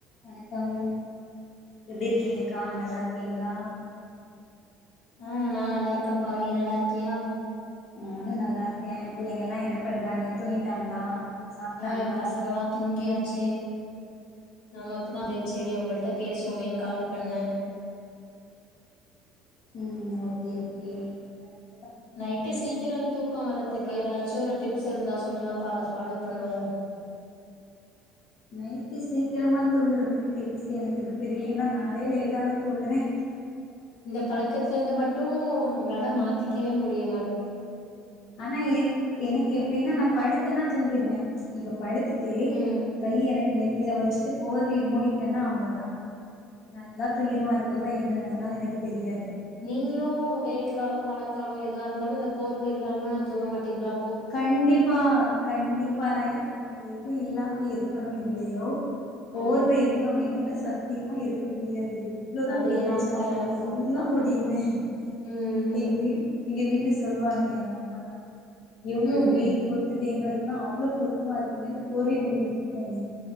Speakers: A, on the left (about 45°); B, on the left (about 80°).
A: வணக்கம் எப்டி இருக்கிங்கக்கா நல்லா இருக்கிங்களா
B: ஆ நான் நல்லா இருக்கன்ப்பா நீ நல்லா இருக்கியா
A: நானு நல்லா இருக்கே பிள்ளைங்க எல்லா என்ன பண்றாங்க தூங்கிட்டாங்களா சாப்ட்டாங்களா
B: ஆ பசங்கலா தூங்கியாச் சி நமக்கு தா அது சேரி உங்கள்ட்ட பேசுவோமேனு கால் பண்ண
A: ம் ஓகே ஓகே எனக்
B: நைட்டு சீக்கிரம் தூக்கம் வரத்துக்கு
A: எப்பப்ப
B: எதாச்சி ஒரு டிப்ஸ் இருந்தா சொல்லுங்கப்பா அத ஃபாலோ பண்ணுவோ
A: நைட்டு சீக்கிரமா தூங்கறதுக்கு டிப்ஸ் எனக்கு எதும் தெரி இல்லன்னா நானே லேட்டாதா தூங்கறே <unintelligible>
B: இந்த பழக்கத்லந்து மட்டு நம்ளால மா த்திக்கவே முடியமாட்
A: ஆனா எ எனக்கு எப்டின்னா நா படுத்தன்னா தூங்கிருவே இப்ப படு த்துட்டு
B: ம்
A: கை எனக்கு நெ த்தில வச்சுட்டு போர்வய மூடிட்டன்னா அவ்ளதா நல்லா தூங்கிருவோ அதுக்கப்ற என்ன நடந்தாலு எனக்கு தெரியா
B: நீங்ளு வெயில் காலொ மழக்காலொ எதுவா இருந்தாலு இந்த போர்வ இல்லாம தூங்க மாட்டீங்ளா
A: கண்டிப்பா கண்டிப்பா நா நா எது இல்லாம இருக்கனோ இல்லயோ போர்வ
B: ஆ
A: இல்லாம என்னால சத்தியமா இருக்க முடியாது எ வ்ளோதா
B: அதேதான்ப்பா
A: வெயில் அடிச்சாலு சரி
B: எனக்கு
A: ஃபுல்லா மூடிருவே இப்ப
B: ம் ம்
A: எங்க வீட்ல இங்க வீட்ல சொல்வாங்க எங்கம் மாலா எவ்ளோ
B: ம்
A: வெயில் கொளு த்துது எங்களுக்குல்லா அவ்ளோ புழுக்கமா இருக்குன்னு இதுல போர்வைய மூடிட்டு தூங்குர நீ